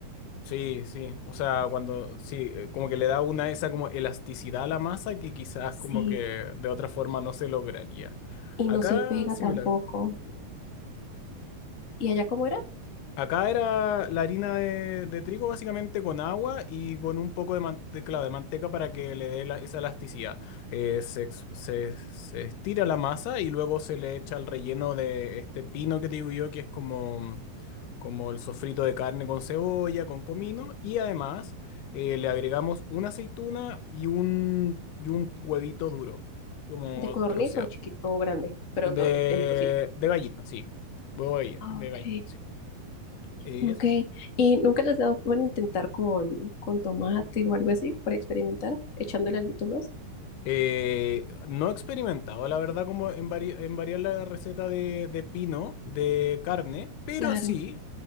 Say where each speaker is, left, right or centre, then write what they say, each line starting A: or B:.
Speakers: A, on the left; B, on the left.
A: sí, sí. O sea, cuando, sí, eh, como que le da una esa como elasticidad a la masa que quizás
B: Sí,
A: como que de otra forma no se lograría.
B: y
A: Acá
B: no se pega
A: similar.
B: tampoco. ¿Y allá cómo era?
A: Acá era la harina de, de trigo básicamente con agua y con un poco de, mante- claro, de manteca para que le dé la- esa elasticidad. Eh, se, ex- se- se estira la masa y luego se le echa el relleno de este pino que te digo yo, que es como, como el sofrito de carne con cebolla, con comino. Y además eh, le agregamos una aceituna y un, y un huevito duro, como
B: ¿De codorniz
A: troceado.
B: o chiquito o grande? Pero
A: De,
B: todo en trocito.
A: de gallina, sí. Huevo de gallina,
B: Ah, Ok,
A: de gallina, sí.
B: ok. ¿Y nunca les dado por intentar con, con tomate o algo así, para experimentar, echándole algo más?
A: Eh, no he experimentado, la verdad, como en, vari- en variar la receta de, de pino, de carne, pero
B: Claro,
A: sí